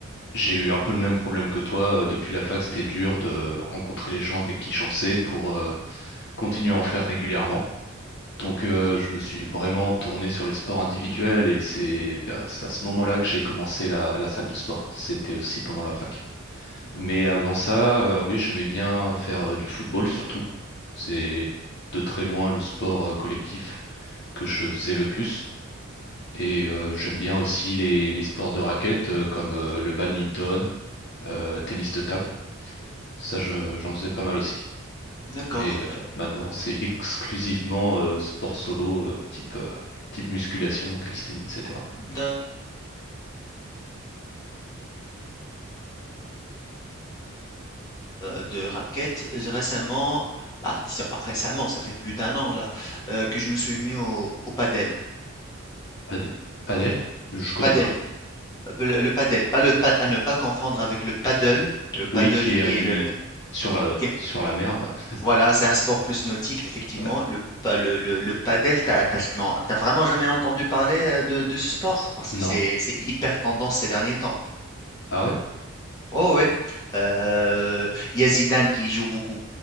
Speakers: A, on the left (about 55°); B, on the left (about 20°).
A: j'ai eu un peu le même problème que toi. euh, Depuis la fac, c'était dur de rencontrer les gens avec qui j'en faisais pour, euh, continue à en faire régulièrement. Donc, euh, je me suis vraiment tourné sur les sports individuels et c'est vers- c'est à ce moment-là que j'ai commencé la, la salle de sport. C'était aussi pendant la fac. Mais avant ça, euh, oui, j'aimais bien faire euh, du football surtout. C'est de très loin le sport euh, collectif que je faisais le plus. Et euh, j'aime bien aussi les, les sports de raquettes euh, comme euh, le badminton, euh, tennis de table. Ça, je- j'en faisais pas mal aussi.
B: D'accord.
A: Mais euh, maintenant, c'est exclusivement euh, sport solo, euh, type, euh, type musculation, calisthénie, etc.
B: D'un heu, de raquettes, j'ai récemment bah, disons pas récemment, ça fait plus d'un an là, heu, que je me suis mis au au padel.
A: Pad- Padel, je connais
B: Padel,
A: pas.
B: heu, le le padel, pas le pa à ne pas confondre avec le paddle. Le paddle
A: Oui, qui
B: qui
A: est euh, du
B: est le
A: sur la
B: qui est
A: sur la mer là. <laughs>
B: voilà, c'est un sport plus nautique effectivement.
A: Ouais.
B: Le pa le le le padel, t'as as tu as vraiment jamais entendu parler, heu, de de ce sport? Parce
A: Non.
B: que c'est c'est hyper tendance ces derniers temps.
A: Ah ouais?
B: Oh ouais, heu, il y a Zidane qui y joue beaucoup.